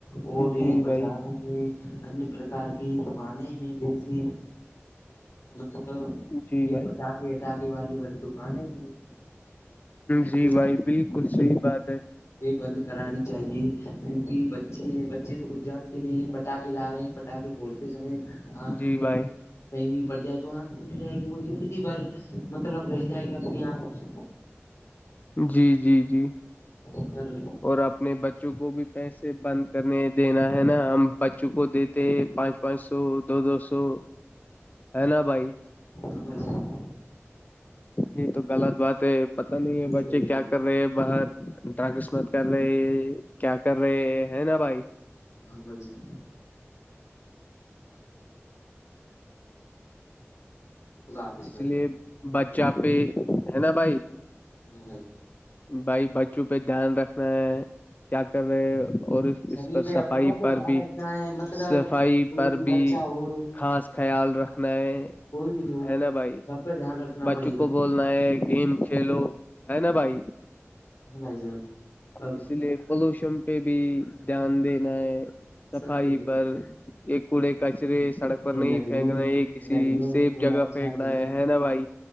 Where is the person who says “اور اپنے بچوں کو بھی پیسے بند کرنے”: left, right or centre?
Left